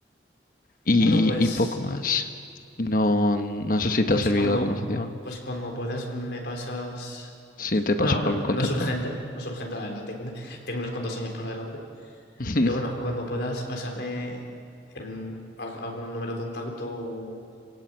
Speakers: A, on the left; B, on the left.
A: Y,
B: Bueno, pues,
A: y poco más. No, no sé si te
B: pues
A: ha servido
B: cuando,
A: la conversación.
B: pues cuando puedas me pasas.
A: Si te paso
B: Bueno, no
A: cualquier
B: no
A: contacto.
B: es urgente, no es urgente, la verdad. ten- Tengo unos cuantos años por delante.
A: <laughs>
B: Pero bueno, cuando puedas, pásame en al- algún número de contacto o,